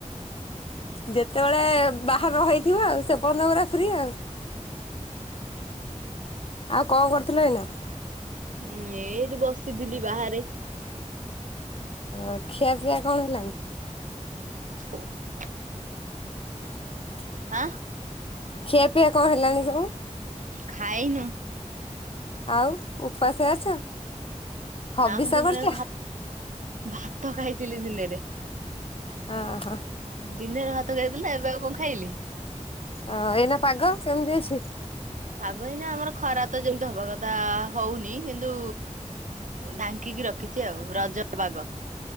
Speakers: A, on the left; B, on the right.
A: ଯେତେବେଳେ ବାହା ନ ହେଇଥିବ ଆଉ, ସେ ପଯ୍ୟନ୍ତ ପୁରା ଫ୍ରି ଆଉ। ଆଉ କଣ କରୁଥିଲ ଏଇନା?
B: ଉଁ ଏ ଏଇଠି ବସିଥିଲି ବାହାରେ।
A: ଅ ଖିଆ ପିଇଆ କଣ ହେଲାଣି?
B: <inaudible>
A: <unintelligible>
B: ଆଁ।
A: ଖିଆ ପିଆ କଣ ହେଲାଣି ସବୁ?
B: ଖାଇନୁ?
A: ଆଉ ଉପାସେ ଅଛ? ହବିଷ
B: ନା ମୁଁ ଦିନରେ
A: କରୁଛ?
B: ଭା ଭାତ ଖାଇଥିଲି ଦିନେରେ।
A: ହଁ, ହଁ।
B: ଦିନରେ ଭାତ ଖାଇଥିଲା, ଏବେ ଆଉ କଣ ଖାଇଲି?
A: ହଁ ଏଇନା ପାଗ କେମିତି ଅଛି?
B: ପାଗ ହେଇନା ଆମର ଖରା ତ ଯେମିତି ହବା କଥା ହଉନି, କିନ୍ତୁ ଢାଙ୍କିକି ରଖିଛି ଆଉ ରଜ ପାଗ।